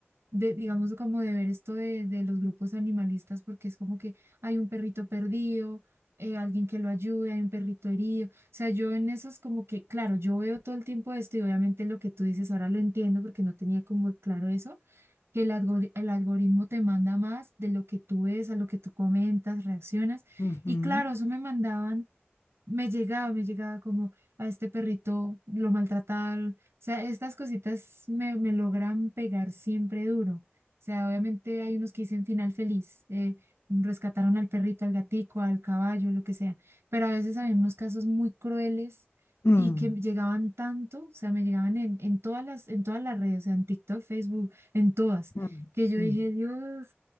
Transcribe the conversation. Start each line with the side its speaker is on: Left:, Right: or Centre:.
Right: de, digamos como de ver esto de, de los grupos animalistas, porque es como que hay un perrito perdido, eh, alguien que lo ayude, hay un perrito herido. O sea, yo en eso es como que, claro, yo veo todo el tiempo esto y obviamente lo que tú dices ahora lo entiendo porque no tenía como claro eso que el algori- el algoritmo te manda más de lo que tú ves, a lo que tú comentas, reaccionas.
Left: Ujú.
Right: Y claro, eso me mandaban me llegaba, me llegaba como a este perrito lo maltrataron. O sea, estas cositas me, me logran pegar siempre duro. O sea, obviamente hay unos que dicen final feliz, eh, rescataron al perrito, al gatico, al caballo, lo que sea. Pero a veces había unos casos muy crueles
Left: Mm,
Right: y que llegaban tanto, o sea, me llegaban en, en todas las, en todas las redes, o sea, en TikTok, Facebook, en todas,
Left: mm, mm,
Right: que yo dije,
Left: mm.
Right: Dios,